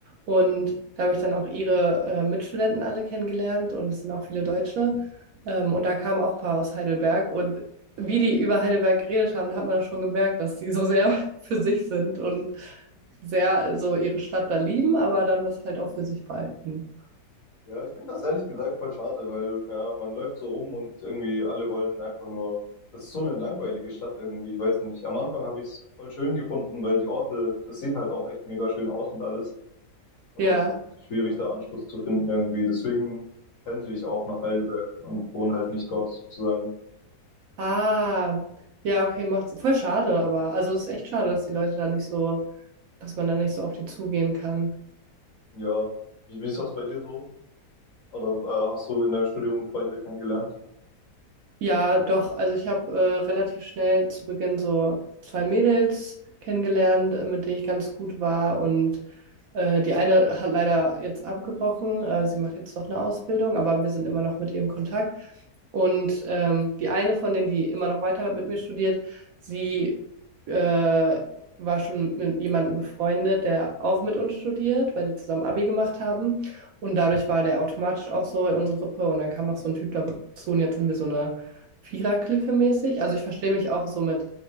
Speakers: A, on the right; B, on the left.
A: und da habe ich dann auch ihre äh, Mitstudenten alle kennengelernt und es sind auch viele Deutsche. Ähm, und da kamen auch ein paar aus Heidelberg und wie die über Heidelberg geredet haben, da hat man das schon gemerkt, dass die so sehr <laughs> für sich sind und sehr so ihre Stadt da lieben, aber dann das halt auch für sich behalten.
B: Ja, ich finde das ehrlich gesagt voll schade, weil ja, man läuft so rum und irgendwie alle wollen einfach nur. Das ist so eine langweilige Stadt irgendwie, ich weiß nicht. Am Anfang habe ich es voll schön gefunden, weil die Orte, das sieht halt auch echt mega schön aus und alles. Aber
A: Ja.
B: es ist schwierig, da Anschluss zu finden irgendwie. Deswegen pendle ich auch nach Heidelberg und wohne halt nicht dort sozusagen.
A: Ah, ja, okay, macht's voll schade, aber also es ist echt schade, dass die Leute da nicht so dass man da nicht so auf die zugehen kann.
B: Ja, wie, wie ist das bei dir so? Oder äh, hast du in deinem Studium Freunde kennengelernt?
A: Ja, doch, also ich habe äh, relativ schnell zu Beginn so zwei Mädels kennengelernt, äh, mit denen ich ganz gut war und Äh, die eine hat leider jetzt abgebrochen. Äh, sie macht jetzt noch eine Ausbildung, aber wir sind immer noch mit ihr im Kontakt. Und ähm, die eine von denen, die immer noch weiter mit mir studiert, sie äh, war schon mit jemandem befreundet, der auch mit uns studiert, weil die zusammen Abi gemacht haben. Und dadurch war der automatisch auch so in unsere Gruppe. Und dann kam noch so ein Typ dazu und jetzt sind wir so eine Vierer-Clique mäßig. Also ich verstehe mich auch so mit